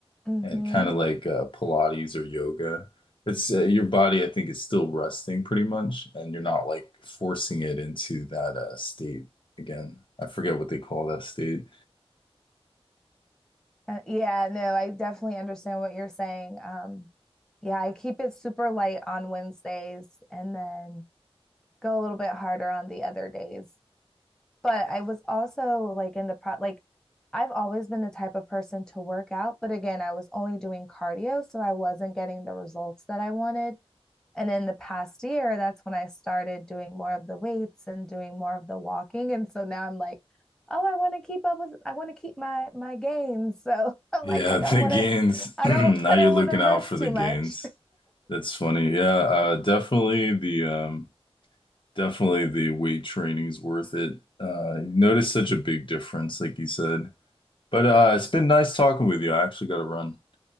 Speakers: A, in the centre; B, on the left (about 50°).
A: Mm-hmm.
B: and kind of like uh, Pilates or yoga. It's uh, your body, I think, is still resting pretty much, and you're not like forcing it into that uh, state again. I forget what they call that state.
A: Uh, yeah, no, I definitely understand what you're saying. Um, yeah, I keep it super light on Wednesdays and then go a little bit harder on the other days. But I was also like in the pro, like I've always been the type of person to work out, but again, I was only doing cardio, so I wasn't getting the results that I wanted. And in the past year, that's when I started doing more of the weights and doing more of the walking. And so now I'm like, oh, I want to keep up with, I want to keep my my gains. <laughs> So I'm
B: Yeah,
A: like, I
B: <laughs> the
A: don't want
B: gains.
A: to, I
B: <clears throat> Now
A: don't, I
B: you're
A: don't
B: looking
A: want to
B: out
A: rest
B: for the
A: too
B: gains.
A: much.
B: That's funny. Yeah, uh, definitely the um, definitely the weight training's worth it. Uh, you notice such a big difference, like you said. But uh, it's been nice talking with you. I actually got to run.